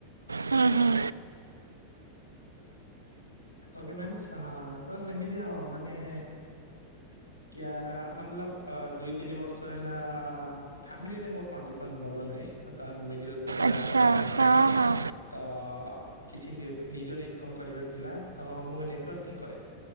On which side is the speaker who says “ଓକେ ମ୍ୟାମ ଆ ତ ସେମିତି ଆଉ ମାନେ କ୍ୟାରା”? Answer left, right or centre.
Left